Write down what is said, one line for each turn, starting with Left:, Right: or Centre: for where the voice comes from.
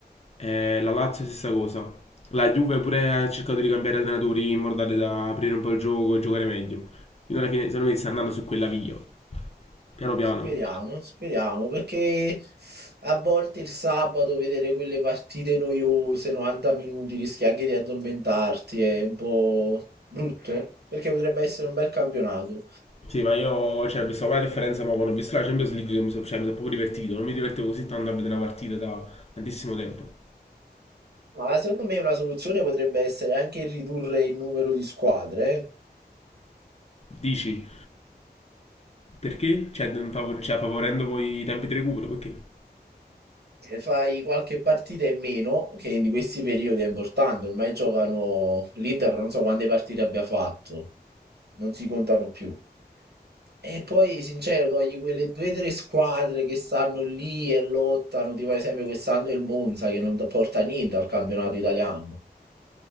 Left: Eh, la Lazio stessa cosa. La Juve pure ha cercato di cambiare allenatori in modo tale da aprire un po' il gioco e giocare meglio. Fino alla fine, secondo me, sta andando su quella via. Piano piano.
Right: Speriamo, speriamo, perché a volte il sabato vedere quelle partite noiose, 90 minuti, rischi anche di addormentarti, è un po' brutto, eh, perché potrebbe essere un bel campionato.
Left: Sì, ma io cioè, ho visto la differenza, ma quando ho visto la Champions League che mi sono cioè, mi sono proprio divertito. Non mi divertivo così tanto a vedere una partita da tantissimo tempo.
Right: Ma secondo me una soluzione potrebbe essere anche ridurre il numero di squadre, eh.
Left: Dici, perché? Cioè, non favor- cioè, favorendo poi i tempi di recupero, perché?
Right: E Fai qualche partita in meno, che in questi periodi è importante, ormai giocano l'Inter, non so quante partite abbia fatto, non si contano più. E poi, sincero, togli quelle due o tre squadre che stanno lì e lottano, tipo ad esempio quest'anno il Monza che non porta niente al campionato italiano.